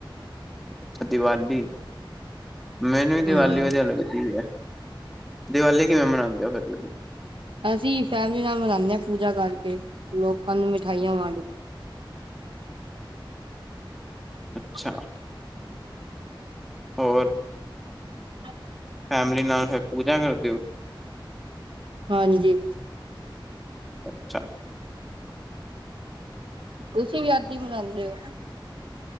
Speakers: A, in the centre; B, on the right (about 75°).
A: ਅੱਛਾ, ਦੀਵਾਲੀ, ਮੈਨੂੰ
B: ਹੂੰ
A: ਵੀ ਦੀਵਾਲੀ ਵਧੀਆ ਲੱਗਦੀ ਹੈ। ਦੀਵਾਲੀ ਕਿਵੇਂ ਮਨਾਉਂਦੇ ਹੋ ਫਿਰ, ਤੁਸੀ?
B: ਅਸੀਂ ਫੈਮਿਲੀ ਨਾਲ ਮਣਾਂਨੇ ਆ, ਪੂਜਾ ਕਰਕੇ, ਲੋਕਾਂ ਨੂੰ ਮਿਠਾਈਆਂ ਵੰਡਕੇ
A: ਅੱਛਾ
B: <unintelligible>
A: ਹੋਰ?
B: ਹਾਂ
A: ਫੈਮਲੀ ਨਾਲ ਫਿਰ ਪੂਜਾ ਕਰਦੇ ਓ?
B: ਹਾਂਜੀ।
A: ਅਛਾ।
B: ਤੁਸੀਂ ਵੀ ਐਦੀ ਮਨਾਂਉਦੇ ਹੋ?